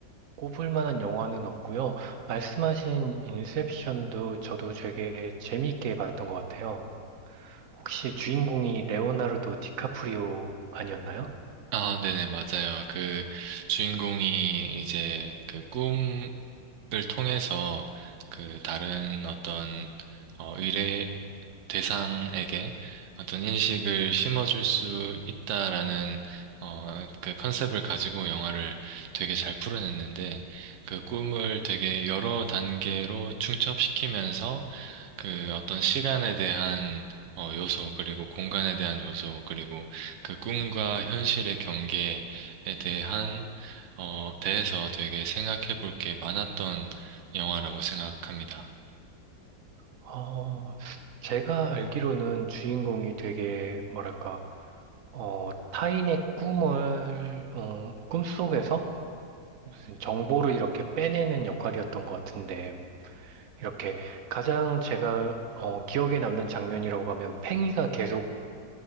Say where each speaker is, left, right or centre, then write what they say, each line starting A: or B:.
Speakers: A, on the right; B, on the right.
A: 꼽을 만한 영화는 없고요. 말씀하신 인셉션도 저도 되게 재미있게 봤던 것 같아요. 혹시 주인공이 레오나르도 디카프리오 아니었나요?
B: 아, 네네, 맞아요. 그 주인공이 이제 그 꿈을 통해서 그 다른 어떤 어, 미래, 대상에게 어떤 인식을 심어줄 수 있다라는 어, 그 컨셉을 가지고 영화를 되게 잘 풀어냈는데 그 꿈을 되게 여러 단계로 중첩시키면서 그 어떤 시간에 대한 어, 요소 그리고 공간에 대한 요소 그리고 그 꿈과 현실의 경계에 대한 어, 대해서 되게 생각해 볼 게 많았던 영화라고 생각합니다.
A: 어, 제가 알기로는 주인공이 되게, 뭐랄까, 어, 타인의 꿈을, 어, 꿈속에서 무슨 정보를 이렇게 빼내는 역할이었던 것 같은데, 이렇게 가장 제가 어, 기억에 남는 장면이라고 하면 팽이가 계속